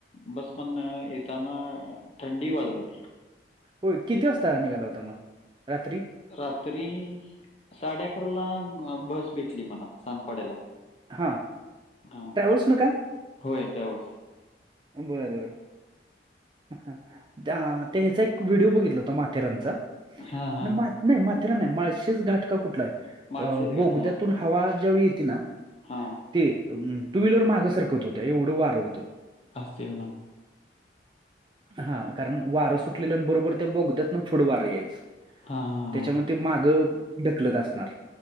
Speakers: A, on the left; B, on the right.
A: बस पण येताना थंडी वाजत होती.
B: होय. किती वाजता निघाला होता मग रात्री.
A: रात्री साडे अकराला बस भेटली मला. सांनपाड्याला
B: हां.
A: हा
B: ट्रॅव्हल्सनं का?
A: होय ट्रॅव्हल्स.
B: बर बरं. अह, त्या त्यायचा एक व्हिडिओ बघितला होता माथेरानचा.
A: हां, हां.
B: माथ नाही माथेरान नाही माळशेज घाट का कुठला आहे?
A: माळशेजगड.
B: अ बोगद्यातून हवा ज्यावेळी येते ना,
A: हा,
B: ते टू व्हीलर मागं सरकत होत्या. एवढं वार होतं.
A: असेल ना,
B: हा कारण वारं सुटलेलं न बरोबर त्या बोगत्यातन पुढं वारं यायच.
A: हा..,
B: त्याच्यामुळ ते मागं ढकलत असणार.